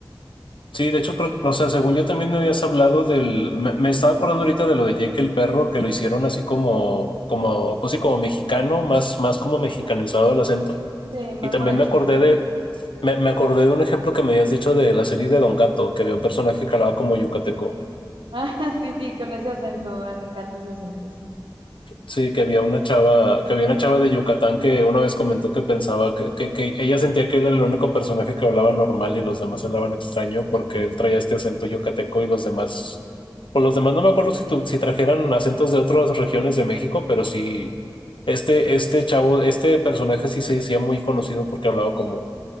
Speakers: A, on the left; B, on the right.
A: Sí, de hecho, creo, o sea, según yo también me habías hablado del, me, me estaba acordando ahorita de lo de Jake el perro, que lo hicieron así como, como, pues sí, como mexicano, más, más como mexicanizado el acento.
B: Sí, más
A: Y también
B: bonachón.
A: me acordé
B: <laughs>
A: de, me, me acordé de un ejemplo que me habías dicho de la serie de Don Gato, que había un personaje calado como yucateco.
B: Ah, sí, sí, con ese acento, ah, me encanta ese acento, sí.
A: Sí, que había una chava, que había una chava de Yucatán que una vez comentó que pensaba que, que, que ella sentía que él era el único personaje que hablaba normal y los demás hablaban extraño porque él traía este acento yucateco y los demás, pues los demás no me acuerdo si, tu- si trajeran acentos de otras regiones de México, pero sí, este, este chavo, este personaje sí se hacía muy conocido porque hablaba como,